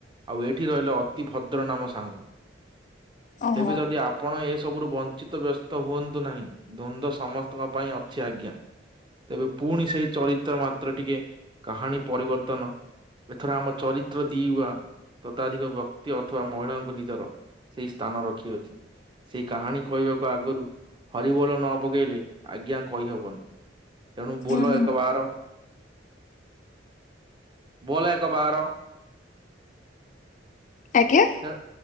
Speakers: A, on the right; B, on the left.
A: ଆଉ ଏଇଠି ରହିଲେ ଅତି ଭଦ୍ର ନାମ ସାଙ୍ଗ
B: ଓହୋ
A: ତେବେ ଯଦି ଆପଣ ଏ ସବୁରୁ ବନ୍ ଚିତ ବ୍ୟସ୍ତ ହୁଅନ୍ତୁ ନାହିଁ। ଦ୍ଵନ୍ଦ୍ୱ ସମସ୍ତଙ୍କ ପାଇଁ ଅଛି ଆଜ୍ଞା, ତେବେ ପୁଣି ସେଇ ଚରିତ୍ର ମାତ୍ର ଟିକେ କାହାଣୀ ପରିବର୍ତ୍ତନ, ଏଥର ଆମ ଚରିତ୍ର ଦିଉଆ, ତତାଧିକ ବକ୍ତି ଅଥବା ମହିଳାଙ୍କୁ ନିଜର ସେଇ ସ୍ଥାନ ରଖି ଠିକ୍‌ ଅଛି ସେଇ କାହାଣୀ କହିବାକୁ ଆଗରୁ ହରିବୋଲ ନ ପକେଇଲେ ଆଜ୍ଞା କହିହବନି। ତେଣୁ ବୋଲ
B: ଉୁଁ ହୁଁ
A: ଏକ ବାର ବୋଲ ଏକ ବାର
B: ଆଜ୍ଞା
A: ତେଣୁ